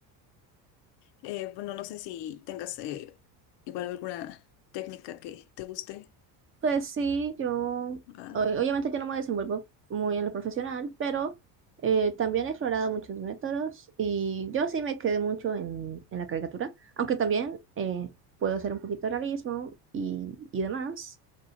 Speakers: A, on the left; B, on the right.
A: eh, bueno, no sé si tengas eh, igual alguna técnica que te guste.
B: Pues sí, yo, o-
A: ¿va?
B: obviamente yo no me desenvuelvo muy en lo profesional, pero eh, también he explorado muchos métodos y yo sí me quedé mucho en, en la caricatura, aunque también eh, puedo hacer un poquito de realismo y, y demás.